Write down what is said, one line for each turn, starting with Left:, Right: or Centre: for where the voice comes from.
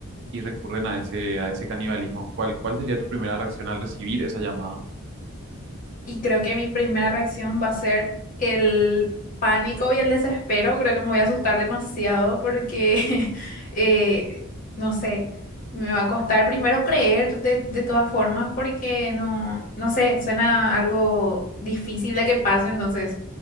Right: y recurren a ese, a ese canibalismo. ¿Cuál, cuál sería tu primera reacción al recibir esa llamada?
Left: Y creo que mi primera reacción va a ser el pánico y el desespero. Creo que me voy a asustar demasiado porque, <laughs> eh, no sé, me va a costar primero creer de, de todas formas porque no, no sé, suena algo difícil de que pase. Entonces,